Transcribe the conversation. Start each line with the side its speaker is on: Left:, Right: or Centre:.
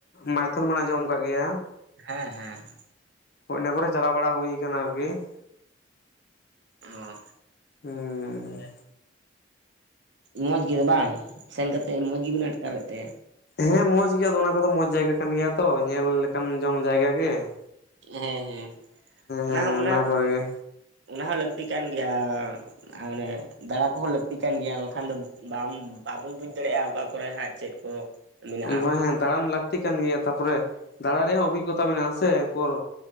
Left: ᱢᱟᱭᱛᱷᱚᱱ ᱵᱮᱱ ᱟᱸᱡᱚᱢ ᱟᱠᱟᱫ ᱜᱮᱭᱟ ᱾
Right: ᱦᱮᱸ ᱦᱮᱸ ᱾
Left: ᱦᱳᱭ ᱚᱱᱟ ᱠᱚᱨᱮ ᱪᱟᱞᱟᱣ ᱵᱟᱲᱟ ᱦᱩᱭ ᱠᱟᱱᱟ ᱟᱨᱠᱤ ᱾
Right: ᱚ ᱾
Left: ᱦᱩᱸᱻ
Right: ᱢᱚᱡᱽ ᱜᱮ ᱵᱟᱝ ᱥᱮᱱ ᱠᱟᱛᱮᱫ ᱢᱚᱡᱽ ᱜᱮᱵᱤᱱ ᱟᱴᱠᱟᱨ ᱞᱮᱫ ᱛᱮ?
Left: ᱦᱮᱸ ᱢᱚᱸᱡᱽ ᱜᱮᱭᱟ ᱟᱫᱚ ᱚᱱᱟ ᱠᱚᱫᱚ ᱢᱚᱸᱡᱽ ᱡᱟᱭᱜᱟ ᱠᱟᱱ ᱜᱮᱭᱟ ᱛᱚ ᱧᱮᱞ ᱞᱮᱠᱟᱱ ᱡᱚᱝ ᱡᱟᱭᱜᱟ ᱜᱮ ᱾
Right: ᱦᱮᱸ ᱦᱮᱸ <inaudible> ᱚᱱᱟ
Left: ᱦᱮᱸ
Right: ᱦᱚᱸ ᱚᱱᱟ
Left: ᱠᱚᱨᱮ ᱜᱮ
Right: <inaudible> ᱚᱱᱟ ᱦᱚᱸ ᱞᱟᱹᱠᱛᱤ ᱠᱟᱱ ᱜᱮᱭᱟᱻ ᱟᱨ ᱢᱟᱱᱮ ᱫᱟᱬᱟ ᱠᱚᱦᱚᱸ ᱞᱟᱹᱠᱛᱤ ᱠᱟᱱ ᱜᱮᱭᱟ, ᱵᱟᱠᱷᱟᱱ ᱫᱚ ᱵᱟᱢ ᱵᱟᱵᱚᱱ ᱵᱩᱡᱽ ᱫᱟᱲᱮᱭᱟᱜ-ᱟ ᱚᱠᱟ ᱠᱚᱨᱮ ᱦᱟᱸᱜ ᱪᱮᱫ ᱠᱚ ᱢᱮᱱᱟᱜᱼᱟ
Left: ᱦᱳᱭ ᱦᱮᱸ ᱫᱟᱬᱟᱱ ᱞᱟᱹᱠᱛᱤ ᱠᱟᱱ ᱜᱮᱭᱟ ᱛᱟᱨᱯᱚᱨᱮ ᱫᱟᱬᱟᱱ ᱨᱮᱭᱟᱜ ᱦᱚᱸ ᱚᱵᱷᱤᱜᱚᱛᱟ ᱢᱮᱱᱟᱜ-ᱟ ᱥᱮ ᱾ ᱮᱨᱯᱚᱨ